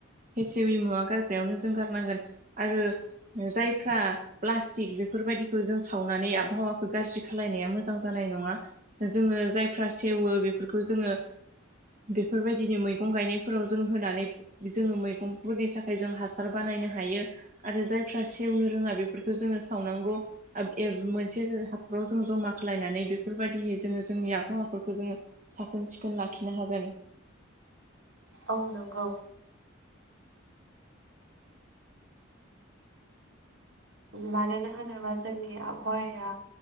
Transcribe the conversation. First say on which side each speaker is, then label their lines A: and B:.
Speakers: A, on the right; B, on the right.
A: हेसेवि मुवा गारग्रायावनो जों गारनांगोन आरो जायफ्रा प्लास्टिक बेफोरबायदिखौ जों सावनानै आबहावाखौ गाज्रि खालायनाया मोजां जानाय नाय नङा जोङो जायफ्रा सेवो बेफोरखौ जोङो बेफोरबायदिनो मैगं गायनायफोराव जों होनानै जोङो मैगंफोरनि थाखाय जों हासार बानायनो हायो आरो जायफ्रा सेवनो रोङा बेफोरखौ जोङो सावनांगौ <unintelligible> मोनसे राव जों जमा खालामायनानै बेफोरबायदियै जोङो जोंनि आबहावाफोरखौ जोङो साखोन सिखोन लाखिनो हागोन। <inaudible>
B: औ नंगौ मानोना होनोबा जोंनि आबहावाया